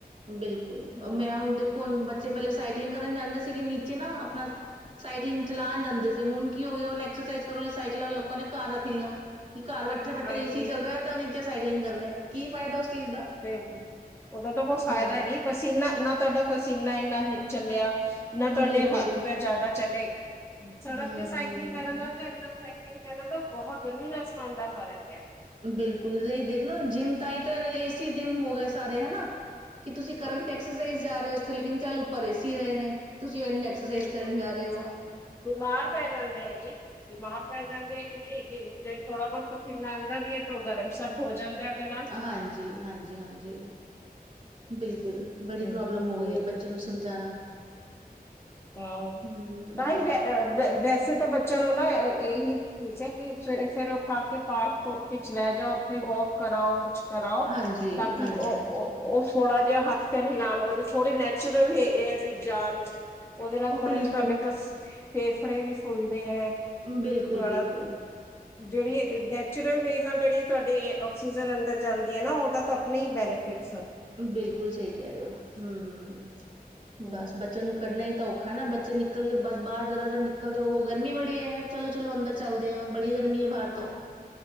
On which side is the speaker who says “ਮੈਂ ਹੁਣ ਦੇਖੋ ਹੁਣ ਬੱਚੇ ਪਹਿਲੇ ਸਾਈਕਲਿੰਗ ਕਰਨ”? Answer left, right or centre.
Right